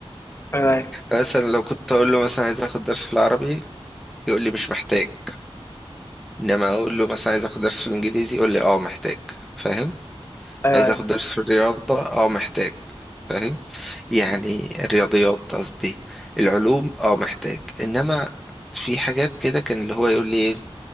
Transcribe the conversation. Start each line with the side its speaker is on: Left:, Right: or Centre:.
Left: ايوه ايوه
Centre: مثلا لو كنت اقول له مثلا عايز اخد درس في العربي يقول لي مش محتاج انما اقول له مثلا عايز اخد درس في الانجليزي يقول لي اه محتاج فاهم
Left: ايوه
Centre: عايز
Left: ايوه
Centre: اخد درس في الرياضه اه محتاج فاهم يعني الرياضيات قصدي العلوم اه محتاج انما في حاجات كده كان اللي هو يقول لي إيه،